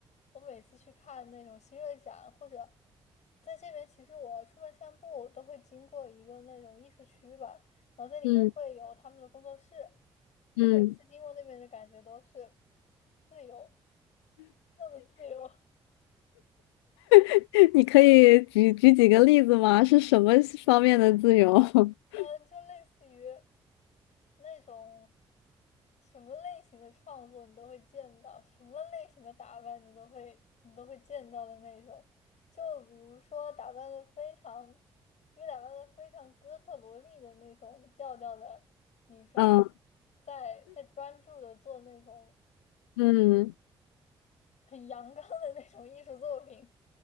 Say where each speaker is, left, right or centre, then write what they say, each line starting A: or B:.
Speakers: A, on the left (about 60°); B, on the left (about 80°).
A: 我每次去看那种新锐展，或者在这边，其实我出门散步都会经过一个那种艺术区吧，然后在里面会有他们的工作室。
B: 嗯嗯，
A: 我每次经过那边的感觉都是自由，那么自由。
B: <laughs> 你可以举举几个例子吗？是什么方面的自由？<laughs>
A: 嗯，就类似于那种什么类型的创作你都会见到，什么类型的打扮你都会你都会见到的那种。就比如说打扮的非常，一个打扮的非常哥特萝莉的那种调调的女生，
B: 嗯
A: 在在专注的做那种
B: 嗯
A: 很阳刚的那种艺术作品。